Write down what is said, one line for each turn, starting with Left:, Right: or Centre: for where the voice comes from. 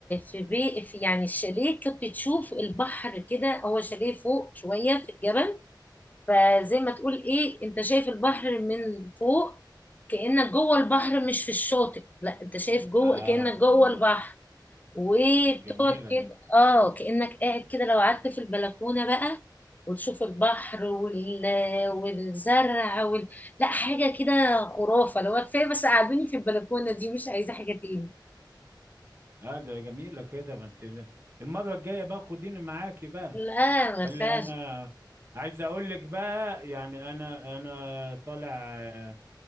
Left: في بي في يعني الشاليه كنت تشوف البحر كده هو شاليه فوق شويه في الجبل فزي ما تقول ايه انت شايف البحر من فوق كأنك جوه البحر مش في الشاطئ لا انت شايف جوه
Right: اه
Left: كأنك جوه
Right: اه
Left: البحر وبتقعد
Right: جميلة
Left: كده
Right: دي
Left: اه كأنك قاعد كده لو قعدت في البلكونة بقى وتشوف البحر وال... والزرع وال... لا حاجة كده خرافة لو كفاية بس قعدوني في البلكونة دي مش عايزة حاجة تاني
Right: اه ده جميلة كده ما انت المرة الجاية بقى خديني معاكي بقى
Left: لا ما
Right: اللي
Left: فيهاش
Right: انا عايز اقول لك بقى يعني انا انا طالع آه،